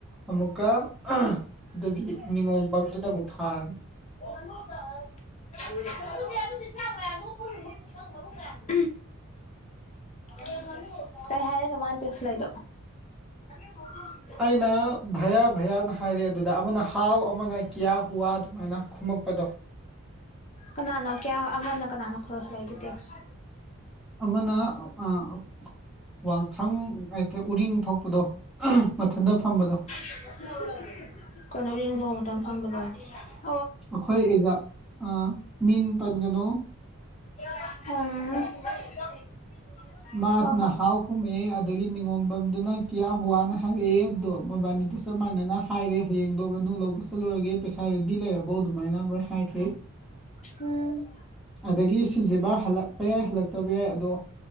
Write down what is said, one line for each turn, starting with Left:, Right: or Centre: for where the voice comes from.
Centre: ꯑꯃꯨꯛꯀ <unintelligible> ꯑꯗꯨꯒꯤ ꯅꯤꯉꯣꯝꯕꯝꯗꯨꯗ ꯑꯃꯨꯛ ꯊꯥꯔꯒꯦ꯫
Left: ꯉꯅꯨꯒ <unintelligible> ꯑꯗꯨꯗꯤ ꯑꯗꯨꯗꯤ ꯇꯔꯥꯉꯥ꯫ ꯉꯅꯨ ꯄꯨꯔꯅꯨ ꯅꯪ ꯉꯅꯨ ꯃꯌꯥꯝꯁꯦ_ __ <unintelligible> <unintelligible> ꯀꯩ ꯍꯥꯏꯔꯛꯏꯅꯣ ꯃꯥꯅ ꯇꯦꯛꯁ ꯍꯜꯂꯛꯏꯗꯣ꯫ <unintelligible>
Centre: ꯑꯩꯅ ꯚꯌꯥ ꯚꯌꯥꯅ ꯍꯥꯏꯔꯦ ꯑꯗꯨꯗ ꯑꯃꯅ ꯍꯥꯎ ꯑꯃꯅ ꯀ꯭ꯌꯥ ꯍꯨꯋꯥ ꯑꯗꯨꯃꯥꯏꯅ ꯈꯨꯝꯃꯛꯄꯗꯣ꯫
Left: ꯀꯅꯥꯅꯣ ꯀꯌꯥ ꯑꯃꯅ ꯀꯅꯥꯅꯣ ꯈꯨꯔ ꯍꯥꯜꯂ ꯏꯗꯨ ꯇꯦꯛꯁ꯫
Centre: ꯑꯃꯅ ꯑ ꯑꯣ ꯋꯥꯡꯊ꯭ꯔꯪ ꯉꯥꯏꯇ ꯎꯔꯤꯡ ꯊꯣꯛꯄꯗꯣ ꯑ ꯍꯥ ꯃꯊꯟꯗ ꯐꯝꯕꯗꯣ꯫
Left: <unintelligible> ꯀꯩꯅꫭ ꯎꯔꯤꯡꯗꫭꯝ ꯇꯪ ꯐꯥꯝꯕꯗꯦ ꯫
Centre: ꯑꯈꯣꯏ ꯑꯦꯛꯖꯥꯝ ꯑ ꯃꯤꯡ ꯄꯟꯒꯅꯣ꯫
Left: ꯎꯝ꯫ <unintelligible>
Centre: ꯃꯥꯁꯅ
Left: ꯍꯣꯏ ꯍꯣꯏ
Centre: ꯍꯥꯎ ꯈꯨꯝꯃꯦꯑꯦ ꯑꯗꯒꯤ ꯅꯤꯉꯣꯝꯕꯝꯗꯨꯅ ꯀꯌꯥ ꯍꯨꯋꯥꯅ ꯍꯥꯏꯔꯦꯑꯦ ꯑꯗꯣ ꯃꯣꯏꯕꯥꯟꯅꯤꯗ ꯆꯞ ꯃꯥꯟꯅꯅ ꯍ ꯍꯥꯏꯔꯦ ꯍꯌꯦꯡꯗꯣ ꯉꯅꯨ ꯂꯧꯕ ꯆꯠꯂꯨꯔꯒꯦ ꯄꯩꯁꯥ ꯔꯦꯗꯤ ꯂꯩꯔꯕꯧ ꯑꯗꯨꯃꯥꯏꯅ ꯂꯣꯏ ꯍꯥꯏꯈ꯭ꯔꯦ꯫
Left: ꯍꯨꯝ꯫
Centre: ꯑꯗꯒꯤ ꯁꯤꯁꯤꯕ ꯍꯜꯂꯛꯄ ꯌꯥꯏ ꯍꯜꯂꯛꯇꯕ ꯌꯥꯏ ꯑꯗꯣ